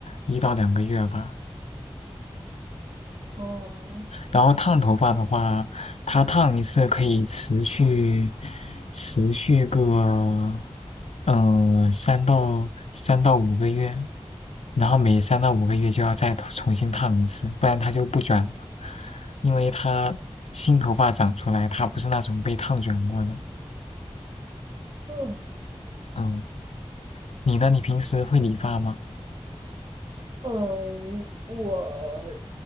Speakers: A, on the left; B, on the right.
A: 一到两个月吧。
B: 哦，
A: 然后烫头发的话，它烫一次可以持续持续个嗯三到三到五个月，然后每三到五个月就要再重新烫一次，不然它就不卷了，因为它新头发长出来，它不是那种被烫卷过的。
B: 哦，
A: 嗯，你呢？你平时会理发吗？
B: 嗯，我